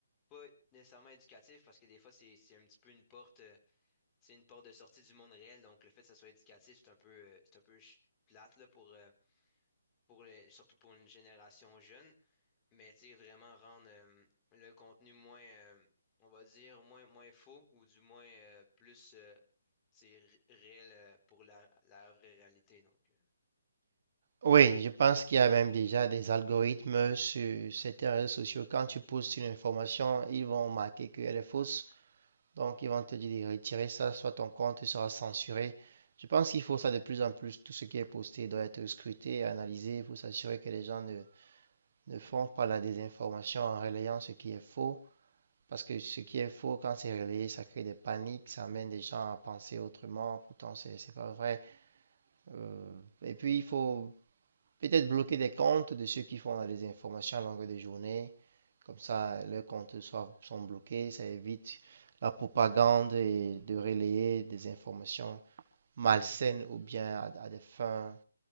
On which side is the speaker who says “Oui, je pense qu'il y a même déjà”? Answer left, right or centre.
Right